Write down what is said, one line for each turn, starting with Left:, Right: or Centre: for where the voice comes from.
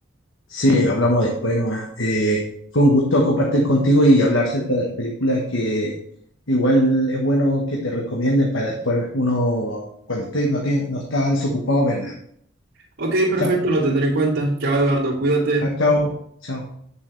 Left: Sí, hablamos después nomás. Eh, fue un gusto compartir contigo y hablar acerca de las películas que igual es bueno que te recomiendes para después uno, cuando esté, no, te, no está desocupado, verla.
Right: Ok, perfecto,
Left: Chao,
Right: lo tendré en cuenta. Chao, Eduardo, cuídate.
Left: chao, chao. chao.